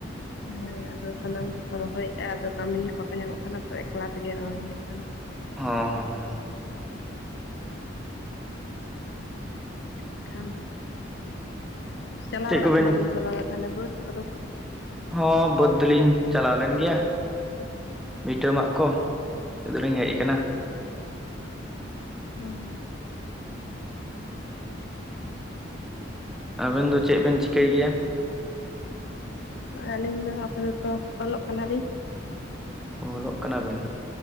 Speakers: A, on the left; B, in the centre.
A: ᱦᱮᱸ ᱟᱫᱚ ᱥᱟᱱᱟᱢ ᱜᱮᱠᱚ ᱨᱚᱦᱚᱭᱮᱫ-ᱟ᱾ ᱟᱫᱚ ᱠᱟᱹᱢᱤᱱ ᱠᱚ ᱵᱟᱠᱚ ᱧᱟᱢᱚᱜ ᱠᱟᱱᱟ ᱛᱚ, ᱮᱠᱞᱟ ᱛᱮᱜᱮ ᱨᱚᱦᱚᱭ ᱦᱩᱭᱩᱜ ᱠᱟᱱᱟ᱾
B: ᱦᱚᱸ ᱦᱚᱸ
A: ᱮᱱᱠᱷᱟᱱ ᱪᱟᱞᱟᱣ
B: ᱪᱮᱫ
A: ᱵᱟᱲᱟᱜ
B: ᱠᱚᱵᱮᱱ
A: ᱠᱟᱱᱟ ᱵᱤᱱ ᱥᱮ ᱵᱟᱝᱟ ᱛᱟᱦᱚᱞᱮ ᱵᱟᱹᱫᱽ ᱠᱚ ᱫᱚ?
B: ᱦᱚᱸ ᱵᱟᱹᱫᱽ ᱫᱚ ᱞᱤᱧ ᱪᱟᱞᱟᱣ ᱞᱮᱱ ᱜᱮᱭᱟ᱾ ᱵᱷᱤᱴᱟᱹ ᱢᱟᱜ ᱠᱚ ᱱᱤᱛᱚᱜ ᱫᱚ ᱞᱤᱧ ᱦᱮᱡ ᱠᱟᱱᱟ᱾
A: ᱦᱚᱭ
B: ᱟᱵᱮᱱ ᱫᱚ ᱪᱮᱜ ᱵᱮᱱ ᱪᱤᱠᱟᱹᱭ ᱜᱮᱭᱟ?
A: ᱟᱹᱞᱤᱧ ᱫᱚ ᱟᱯᱟᱛᱚᱛᱚ ᱚᱞᱚᱜ ᱠᱟᱱᱟ ᱞᱤᱧ᱾
B: ᱚ ᱚᱞᱚᱜ ᱠᱟᱱᱟ ᱵᱤᱱ?